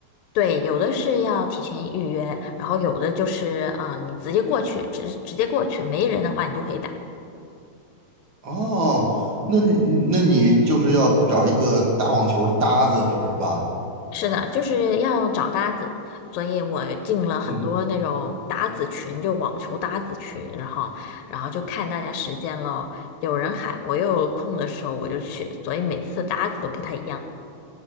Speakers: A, on the left; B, on the right.
A: 对，有的是要提前预约，然后有的就是啊、呃你直接过去，直直接过去，没人的话你就可以打。
B: 哦，那你那你就是要找一个打网球的搭子是吧？
A: 是的，就是要找搭子，所以我进了很多那种搭子群，
B: 嗯，
A: 就网球搭子群，然后然后就看大家时间咯，有人喊，我又有空的时候我就去，所以每次搭子都不太一样。